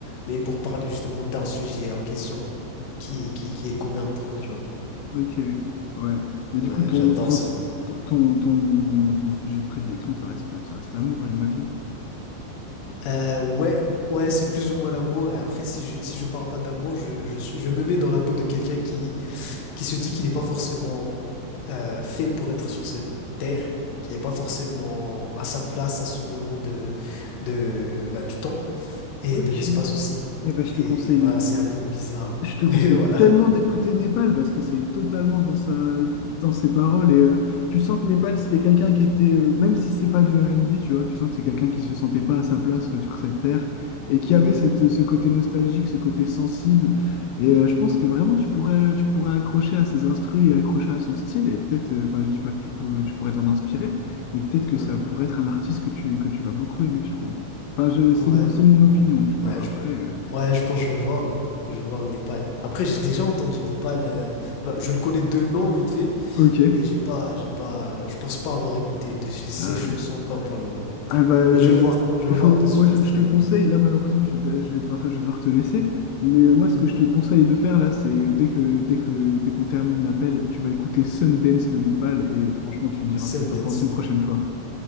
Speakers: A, on the left (about 70°); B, on the left (about 90°).
A: mais pour parler justement d'un sujet en question qui, qui, qui est commun entre eux, tu vois.
B: Ok, ok. Ouais. Mais du
A: Ouais,
B: coup, ton,
A: j'adore
B: ton,
A: ce moment.
B: ton, ton, ton sujet de prédilection, ça reste, ça reste l'amour, j'imagine.
A: Euh, ouais, ouais, c'est plus ou moins l'amour. Et après, si je, si je parle pas d'amour, je, je suis, je me mets dans la peau de quelqu'un qui, qui se dit qu'il n'est pas forcément euh, fait pour être sur cette terre, qui n'est pas forcément à sa place à ce moment de, de, ben, du temps et
B: Ok.
A: de l'espace
B: Eh
A: aussi.
B: ben, je te
A: Et
B: conseille,
A: voilà,
B: mais
A: c'est un peu bizarre. hein.
B: Je
A: <laughs>
B: te conseille
A: Mais voilà.
B: tellement d'écouter Népal parce que c'est totalement dans sa, dans ses paroles et euh, tu sens que Népal c'était quelqu'un qui était euh, même si c'est pas du R&B tu vois tu sens que c'est quelqu'un qui se sentait pas à sa place euh, sur cette terre et qui avait
A: Ouais.
B: cette, ce côté nostalgique ce côté sensible et euh, je pense que vraiment tu pourrais tu pourrais accrocher à ses instrus et accrocher à son style et peut-être euh, enfin je dis pas que tu, pour- tu pourrais t'en inspirer mais peut-être que
A: Hein.
B: ça pourrait être un artiste que tu que tu vas beaucoup aimer je trouve enfin je- c'est
A: Ouais.
B: mon, c'est mon opinion tu vois
A: Ouais,
B: après
A: je,
B: euh,
A: ouais, je pense que je vais voir. hein. Je vais voir en Népal. Après, j'ai déjà entendu Népal. euh, ben, je le connais de nom, vite fait.
B: ok
A: mais j'ai pas, j'ai pas, je pense pas avoir écouté une de ch- ses
B: Euh,
A: chansons encore pour le moment.
B: Ah bah, euh,
A: Mais je vais voir, je vais
B: il
A: voir
B: faut,
A: de suite,
B: moi je, je
A: t'inquiète.
B: te conseille, là malheureusement je, je vais devoir, je vais devoir te laisser, mais euh, moi ce
A: Mhm.
B: que je te conseille de faire là, c'est euh, dès que, dès que, dès qu'on termine l'appel, tu vas écouter Sundance de Népal et franchement tu me diras
A: Sundance.
B: ce que t'en penses une prochaine fois.